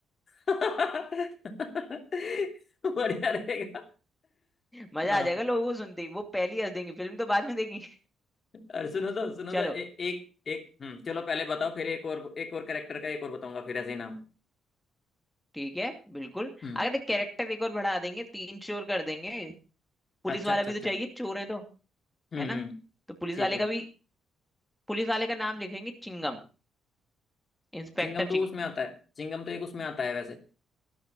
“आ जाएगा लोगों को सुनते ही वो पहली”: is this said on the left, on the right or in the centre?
Centre